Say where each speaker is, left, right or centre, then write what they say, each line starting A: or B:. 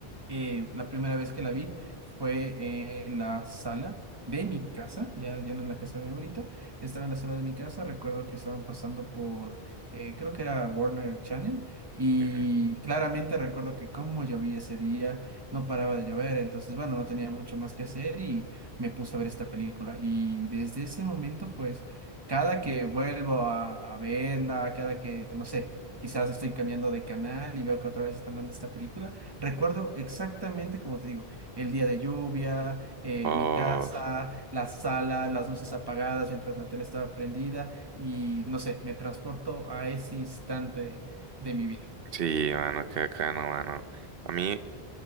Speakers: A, on the right (about 25°); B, on the right (about 65°).
A: eh, la primera vez que la vi fue en la sala de mi casa, ya, ya no en la casa de mi abuelita, estaba en la sala de mi casa, recuerdo que estaban pasando por, eh, creo que era Warner Channel, y
B: ujú.
A: claramente recuerdo que como llovía ese día, no paraba de llover, entonces bueno, no tenía mucho más que hacer y me puse a ver esta película, y desde ese momento, pues, cada que vuelvo a, a verla, cada que, no sé, quizás estoy cambiando de canal y veo que otra vez están dando esta película, recuerdo exactamente, como te digo, el día de lluvia, eh,
B: Oh,
A: mi casa, la sala, las luces apagadas mientras la tele estaba prendida y no sé, me transporto a ese instante de mi vida.
B: sí, mano, qué bacano, mano. A mí,